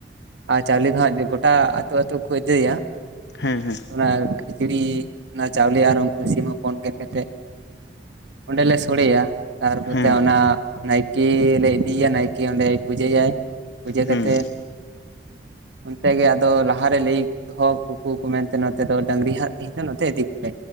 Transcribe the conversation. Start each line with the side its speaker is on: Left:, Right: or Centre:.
Right: ᱟᱨ ᱪᱟᱣᱞᱤ ᱫᱚᱦᱟᱸᱜ ᱜᱚᱴᱟ ᱟᱹᱛᱩ-ᱟᱹᱛᱩ ᱠᱚ ᱤᱫᱤᱭᱟ᱾
Left: ᱦᱮᱸ-ᱦᱮᱸ᱾
Right: ᱚᱱᱟ ᱠᱷᱤᱪᱲᱤ ᱚᱱᱟ ᱪᱟᱣᱞᱮ ᱟᱨ ᱩᱱᱠᱩ ᱥᱤᱢ ᱦᱚᱯᱚᱱ ᱜᱮᱫ ᱠᱟᱛᱮᱜ, ᱚᱸᱰᱮᱞᱮ ᱥᱳᱲᱮᱭᱟ ᱛᱟᱨᱯᱚᱨᱛᱮ
Left: ᱦᱮᱸ
Right: ᱚᱱᱟ, ᱱᱟᱭᱠᱮᱻ ᱞᱮ ᱤᱫᱤᱭᱮᱭᱟ ᱱᱟᱭᱠᱮ ᱚᱸᱰᱮ ᱯᱩᱡᱟᱹᱭᱟᱭ ᱯᱩᱡᱟᱹ
Left: ᱦᱩᱸ
Right: ᱠᱟᱛᱮᱫ, ᱚᱱᱛᱮ ᱜᱮ ᱟᱫᱚ ᱞᱟᱦᱟᱨᱮ ᱞᱟᱹᱭ ᱫᱚᱦᱚ ᱟᱠᱚᱼᱠᱚ, ᱢᱮᱱᱛᱮ ᱱᱚᱛᱮ ᱫᱚ ᱰᱟᱝᱨᱤ ᱦᱟᱸᱜ ᱛᱮᱦᱤᱧ ᱫᱚ ᱱᱚᱛᱮ ᱤᱫᱤ ᱠᱚᱯᱮ᱾